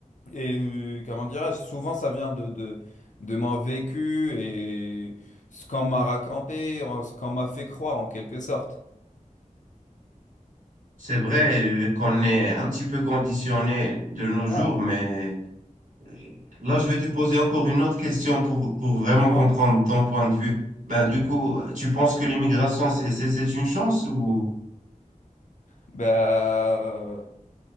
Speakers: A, on the left; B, on the right.
A: Et euh, comment dirais-je? Souvent, ça vient de, de, de mon vécu et ce qu'on m'a raconté, ce qu'on m'a fait croire en quelque sorte.
B: C'est vrai euh, qu'on est un petit peu conditionné de nos jours,
A: Ouais.
B: mais euh, là, je vais te poser encore une autre question pour, pour vraiment
A: Dis-moi.
B: comprendre ton point de vue. Ben, du coup, tu penses que l'immigration, c'est, c'est, c'est une chance ou...
A: Bah,